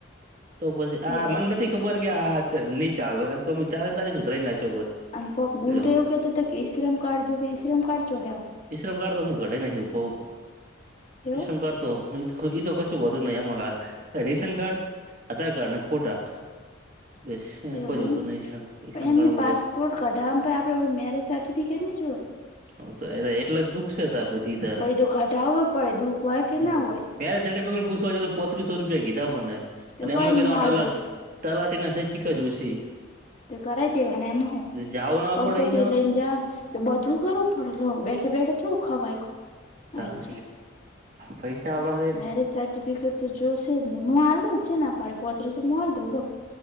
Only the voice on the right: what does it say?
તો પછી આ
મન નથી ખબર કે આ ન ચાલે ચાલે ને તારે ને તારે ન ઉતરાઈ ના શકો હોત.
લ્યો
ઈશ્રમ કાર્ડ તો હું કઢાઈ <unintelligible> ના ઉપો
વિશ્રમ કર. તો તો કશું નહી આમાં રેશન કાર્ડ, આધાર કાર્ડ ને ફોટા. બસ
કોઈ જોતું
નહી ઈ શ્રમ
કાર્ડ
માં
હ તો એટલે જ દુઃખ છે તાર બધી તાર,
જો.
ત્યારે તેને પગને પૂછવા ગયો તો પોત્રીસો રૂપિયા કીધા મને
અને
એમાં
કલાક
તલાટી ના સહી સિક્કા જોશે.
જાવું ના પડે
અયા
ત
લ
પૈસા અલ <unintelligible>